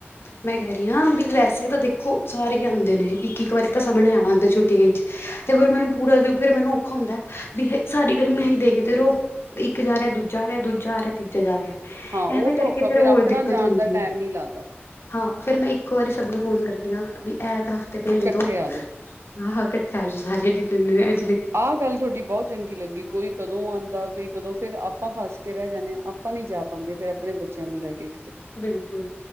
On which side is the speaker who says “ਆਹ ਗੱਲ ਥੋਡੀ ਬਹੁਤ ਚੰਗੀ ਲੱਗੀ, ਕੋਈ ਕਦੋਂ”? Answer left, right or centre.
Right